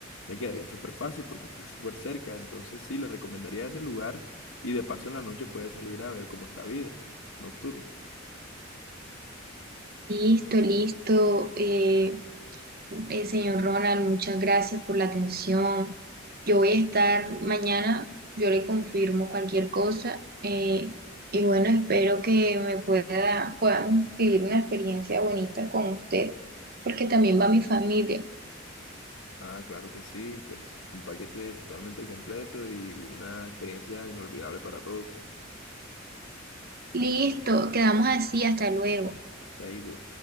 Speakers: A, on the left; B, on the right.
A: le quedaría súper fácil porque está súper cerca. Entonces sí, le recomendaría ese lugar y de paso en la noche puede salir a ver cómo es la vida nocturna.
B: Listo, listo. Eh, eh, señor Ronald, muchas gracias por la atención. Yo voy a estar mañana, yo le confirmo cualquier cosa. eh, y bueno, espero que me pueda, podamos vivir una experiencia bonita con usted, porque también va mi familia.
A: Ah, claro que sí, pues un paquete totalmente completo y una experiencia inolvidable para todos.
B: Listo, quedamos así, hasta luego.
A: Chaito.